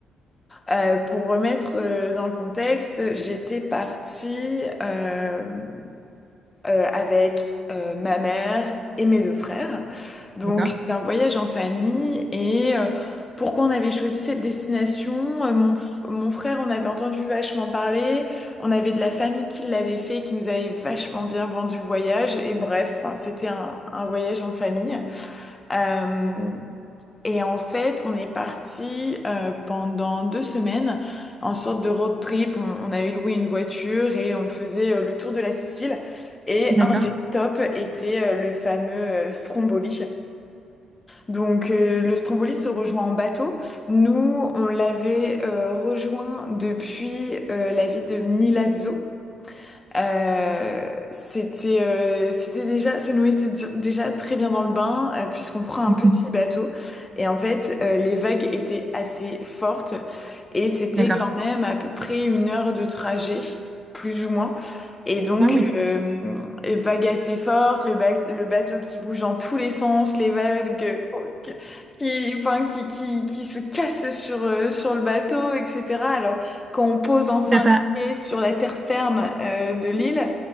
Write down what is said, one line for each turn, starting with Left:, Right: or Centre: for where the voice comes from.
Left: Euh, pour remettre euh, dans le contexte, j'étais partie euh, euh, avec euh, ma mère et mes deux frères. Donc
Right: D'accord,
Left: c'était un voyage en famille et euh, pourquoi on avait choisi cette destination? Euh, mon, f- mon frère, on avait entendu vachement parler, on avait de la famille qui l'avait fait, qui nous avait vachement bien vendu le voyage et bref, hein, c'était un, un voyage en famille. Euh, et en fait, on est parti euh, pendant deux semaines en sorte de road trip. On, on avait loué une voiture et on faisait euh, le tour de la Sicile. Et
Right: d'accord,
Left: un des stops était euh, le fameux euh, Stromboli. Donc euh, le Stromboli se rejoint en bateau. Nous, on l'avait euh, rejoint depuis euh, la ville de Milazzo. Euh, c'était euh, c'était déjà ça nous mettait di- déjà très bien dans le bain euh, puisqu'on prend
Right: Mhm.
Left: un petit bateau et en fait euh, les vagues étaient assez fortes et c'était
Right: d'accord.
Left: quand même à peu près une heure de trajet plus ou moins et donc
Right: Ah oui,
Left: euh, vagues assez fortes le, ba- le bateau qui bouge dans tous les sens les vagues qui enfin qui qui qui se cassent sur euh, sur le bateau etc. Alors quand on pose enfin
Right: ça t'a pas,
Left: et sur la terre ferme euh, de l'île,